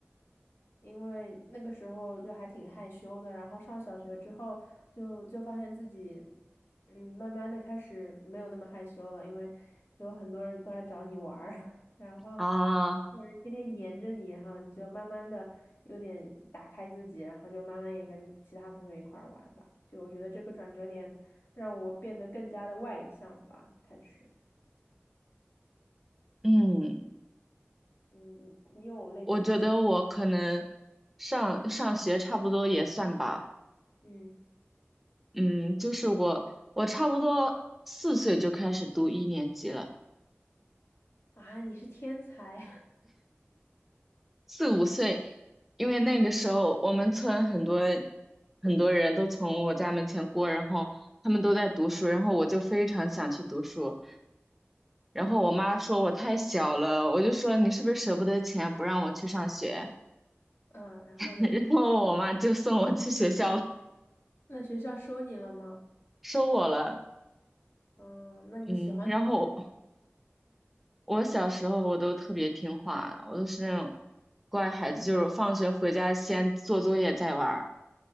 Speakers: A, on the left; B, in the centre.
A: 因为那个时候就还挺害羞的，然后上小学之后就就发现自己，嗯，慢慢的开始没有那么害羞了，因为有很多人都来找你玩儿，<laughs> 然后
B: 啊，
A: 有人天天黏着你，然后你就慢慢的有点打开自己，然后就慢慢也跟其他同学一块儿玩吧。就我觉得这个转折点让我变得更加的外向吧，开始，
B: 嗯，
A: 嗯，你你有类似的经，
B: 我觉得我可能上上学差不多也算吧，
A: 嗯，
B: 嗯，就是我我差不多四岁就开始读一年级了。
A: 啊，你是天才，
B: 四五岁，因为那个时候我们村很多很多人都从我家门前过，然后他们都在读书，然后我就非常想去读书，然后我妈说我太小了，我就说你是不是舍不得钱不让我去上学，
A: <laughs> 嗯，然后呢？
B: <laughs> 然后我妈就送我去学校了，
A: 那学校收你了吗？
B: 收我了，
A: 嗯，那你喜欢读
B: 嗯，然后我小时候我都特别听话，我都是那种乖孩子，就是放学回家先做作业再玩儿